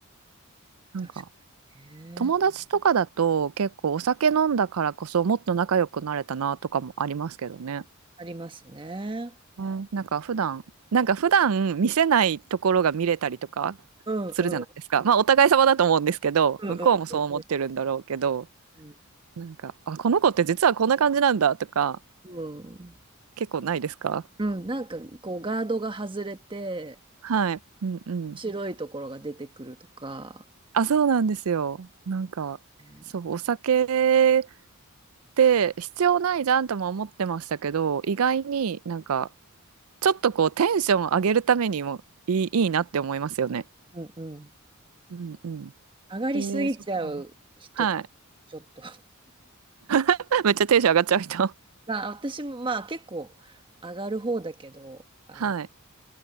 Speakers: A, on the right; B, on the right.
A: なんか、
B: 確かにね。
A: 友達とかだと結構お酒飲んだからこそもっと仲良くなれたなとかもありますけどね。
B: ありますね。
A: うん、なんか普段、なんか普段見せないところが見れたりとか
B: うんうん
A: するじゃないですか。まあお互い様だと思うんですけど、
B: うんうんうん
A: 向こうもそう思ってるんだろうけど、
B: うん。
A: なんか、あ、この子って実はこんな感じなんだとか
B: うん、
A: 結構ないですか
B: うんなんかこうガードが外れて
A: はい。うんうん。
B: 白いところが出てくるとか、
A: あ、そうなんですよ。なんか、
B: う
A: そう、お酒って必要ないじゃんとも思ってましたけど、意外になんか、ちょっとこう、テンション上げるためにもいい、いいなって思いますよね。
B: んうん
A: うんうん。
B: 上がりすぎちゃう人、
A: えー、そっか。はい。
B: ちょっと
A: <laughs> めっちゃテンション上がっちゃう人。
B: まあ、私もまあ結構上がる方だけど、あの、
A: <laughs> はい。